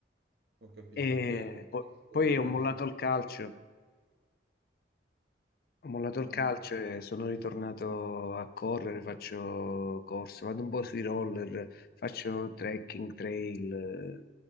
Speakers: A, on the right (about 60°); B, on the left (about 50°).
A: Ho capito,
B: E
A: che è purtroppo-
B: po- poi ho mollato
A: sì,
B: al calcio ho mollato
A: dimmi,
B: il calcio
A: dimmi.
B: e sono ritornato a correre, faccio corse, vado un po' sui roller, faccio trekking, trail, eh,